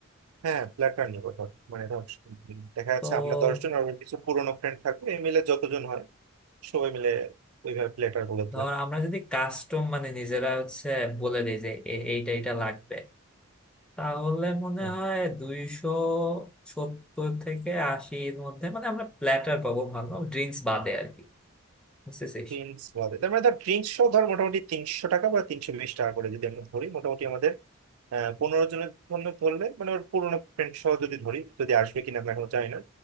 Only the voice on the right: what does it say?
হ্যাঁ ফ্ল্যাটার নিবো ধর মানে ধর দেখা যাচ্ছে
আমরা দশজন আর ওর কিছু পুরোনো ফ্রেন্ড থাকবে এই মিলে যতজন হয় সবাই মিলে ওইভাবে ফ্ল্যাটার বলে দিলাম
হ্যাঁ
ড্রিঙ্কস বাদে তার মানে ধর ড্রিঙ্কস ধর মোটামুটি তিনশো টাকা বা তিনশো বিশ টাকা করে যদি আমরা ধরি মোটামুটি আমাদের আহ পনেরো জনের জন্য ধরলে মানে ওর পুরোনো ফ্রেন্ড সহ যদি ধরি যদি আসবে কিনা আমি এখনো জানি না